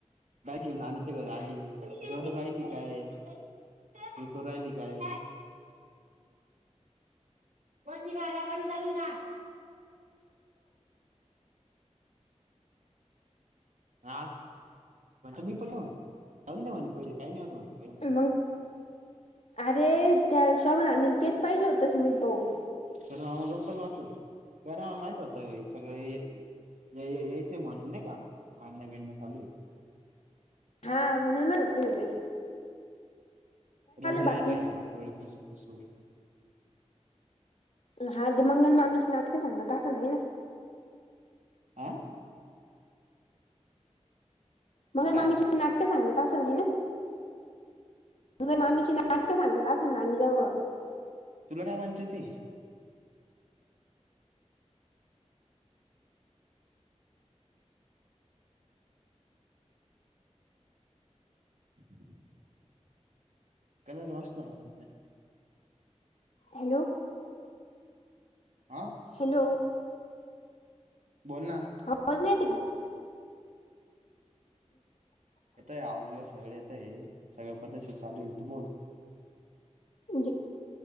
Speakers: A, on the right; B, on the left.
A: बॅग घेऊन नाण्याच्या घर आली रोड राहिली काय त कराहिली काय कोणती ग्याकडे चालू ना आा मी पण येऊनऊ दे पैसे काही नाहीव प
B: मग अरे त्या शोभून आणलेल तेच पाहिजे होतस मी बह
A: तर म मग गप्पत बसूस कराला माहित होतं सगळ यायचंय म्हणून नाही का भांडणं बीन चालू
B: हा म्हण न होते तरी
A: रडू
B: बाकी
A: आहे कायवळसू फस
B: हा ते मंगल मामीची नाटक सांगत असं नाही ना
A: आं
B: मग
A: काय
B: म्ी नाटकं सांगत तसं आहे ना म मामीची ना नाटकं सांग ना तसंजवळ
A: तुला काय म्हणत्याती अच् कलर मस्त आताे
B: हॅलो
A: आा
B: हॅलो.
A: बोल ना.
B: आवाज नाही येतंय का?
A: येतय. आवाज - बिवाज सगळे येतंय. सगळ पद्धतशिर चालूय. तू बोल.
B: मंजे,